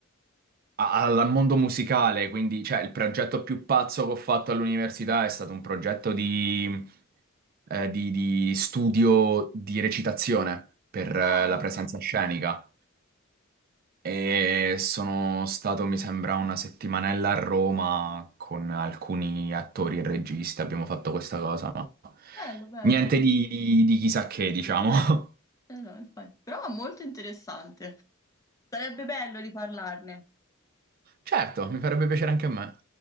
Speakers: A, on the right (about 45°); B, on the left (about 15°).
A: al mondo musicale. Quindi, cioè, il progetto più pazzo che ho fatto all'università è stato un progetto di, eh, di- di studio di recitazione per eh,
B: Ah,
A: la presenza scenica. E sono stato, mi sembra, una settimanella a Roma con alcuni attori e registi. Abbiamo fatto questa cosa, no?
B: bello, bello.
A: Niente di, di- di chissà che, diciamo.
B: Eh no, infatti. Però molto interessante. Sarebbe bello riparlarne.
A: <laughs> Certo, mi farebbe piacere anche a me.